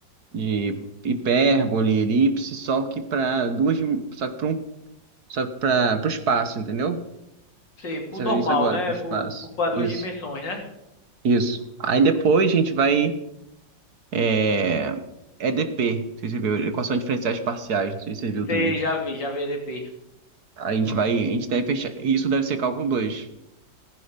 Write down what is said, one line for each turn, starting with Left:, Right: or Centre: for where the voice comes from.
Right: de hipérbole, elipse, só que para duas, dim- só que para um, só para pra, pro espaço, entendeu?
Left: Sei, por
Right: Você
Left: normal,
Right: vê isso agora,
Left: né?
Right: pro espaço.
Left: Por, por, pra duas
Right: Isso,
Left: dimensões, né?
Right: isso. Aí depois a gente vai, é, EDP, não sei se você viu, equação diferenciais parciais, não sei se você viu
Left: Você
Right: também.
Left: já vê, já vê EDP.
Right: A gente vai, a gente deve fechar. Isso deve ser cálculo dois